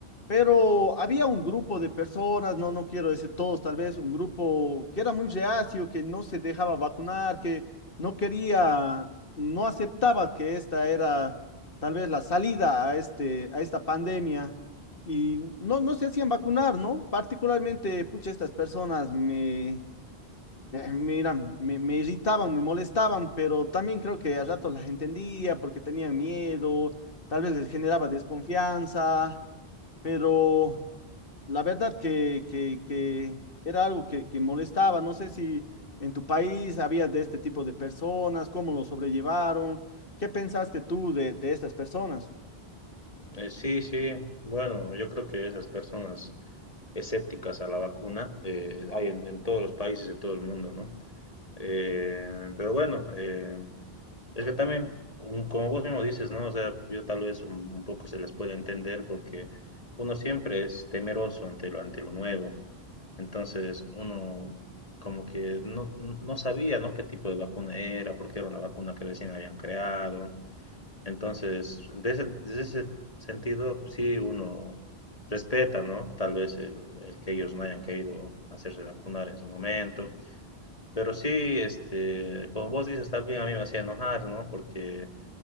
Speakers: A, on the left; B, on the left.
A: pero había un grupo de personas, no, no quiero decir todos, tal vez un grupo que era muy reacio, que no se dejaba vacunar, que no quería, no aceptaba que esta era tal vez la salida a este, a esta pandemia. Y no, no se hacían vacunar, ¿no? Particularmente, pucha, estas personas me, eh, mira, me, me irritaban, me molestaban, pero también creo que a ratos las entendía porque tenían miedo, tal vez les generaba desconfianza, pero la verdad que, que, que era algo que, que molestaba. No sé si en tu país había de este tipo de personas, cómo lo sobrellevaron, qué pensaste tú de, de estas personas.
B: Eh, sí, sí. Bueno, yo creo que esas personas escépticas a la vacuna eh, hay en, en todos los países de todo el mundo, ¿no? Eh, pero bueno, eh, es que también, un- como vos mismo dices, ¿no? O sea, yo tal vez un, un poco se les puede entender porque uno siempre es temeroso ante lo, ante lo nuevo. Entonces, uno como que no, no sabía, ¿no? qué tipo de vacuna era, porque era una vacuna que recién habían creado. Entonces, de ese, de ese sentido, sí uno respeta, ¿no? Tal vez el, el que ellos no hayan querido hacerse vacunar en su momento. Pero sí, este, como vos dices, también a mí me hacía enojar, ¿no? Porque